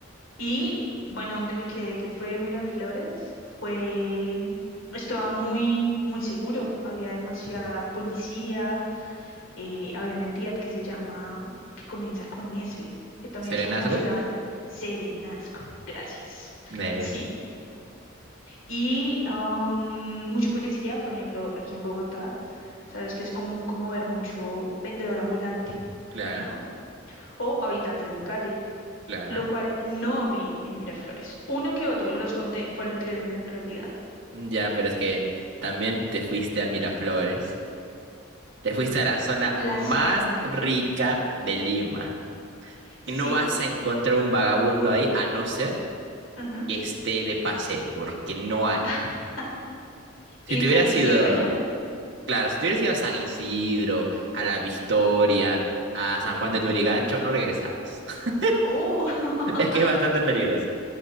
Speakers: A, on the left; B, on the right.
A: Y bueno, donde me quedé, que fue Miraflores, fue, estaba muy, muy seguro, había demasiada policía, eh, había una entidad que se llama, que comienza con S, que también
B: ¿Serenazgo?
A: es como ciudadana, Serenazgo, gracias.
B: Ni idea
A: Sí,
B: de qué.
A: y am, mucho policía, por ejemplo, aquí en Bogotá, sabes que es común como ver mucho vendedor ambulante,
B: Claro,
A: ¿no? O habitantes de calle
B: claro.
A: lo cual no vi en Miraflores. Uno que otro, los conté, fueron tres en realidad.
B: Ya, pero es que también te fuiste a Miraflores. Te fuiste a la zona
A: La
B: más
A: zona,
B: rica de Lima.
A: sí,
B: Y no vas a encontrar un vagabundo ahí, a no ser
A: ajá.
B: que esté de paseo, porque no hay.
A: <laughs>
B: Si
A: Y
B: te
A: en San
B: hubieras
A: Isidro,
B: ido,
A: ¿no?
B: claro, si te hubieras ido a San Isidro, a La Victoria, a
A: Ok.
B: San Juan del Lurigancho, no regresabas. <laughs>
A: Oh,
B: Es que es bastante
A: <laughs>
B: peligroso,